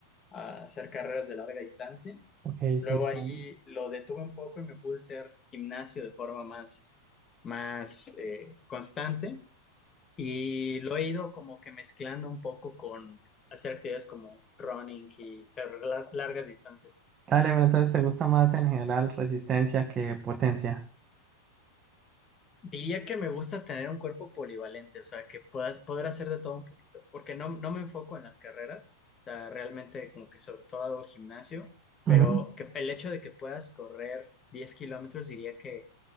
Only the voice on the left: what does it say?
a hacer carreras de larga distancia.
Luego
ahí
lo detuve un poco y me puse a hacer gimnasio de forma más más eh, constante y lo he ido como que mezclando un poco con hacer actividades como running y carreras lar- largas distancias.
Diría que me gusta tener un cuerpo polivalente, o sea, que puedas poder hacer de todo un poquito, porque no, no me enfoco en las carreras, o sea, realmente como que sobre todo hago gimnasio, pero
que el hecho de que puedas correr 10 kilómetros diría que,